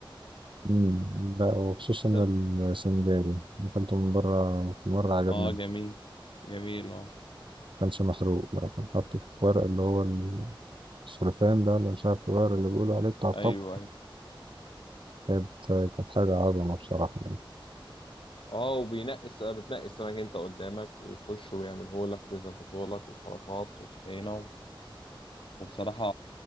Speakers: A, on the right; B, on the left.
A: مم. لا وخصوصا
B: السمك
A: السنجاري أكلته من بره مرة عجبني
B: اه جميل جميل اه
A: كانش محروق لا كان حاطه في ورق اللي هو السلوفان ده اللي مش عارف الورق اللي بيقولوا عليه بتاع الطبخ
B: ايوه ايوه
A: كانت كانت حاجة عظمة بصراحة يعني
B: اه وبينقي الس- بتنقي السمك انت قدامك ويخش ويعمله لك ويظبطه لك وسلطات وطحينة و... وبصراحة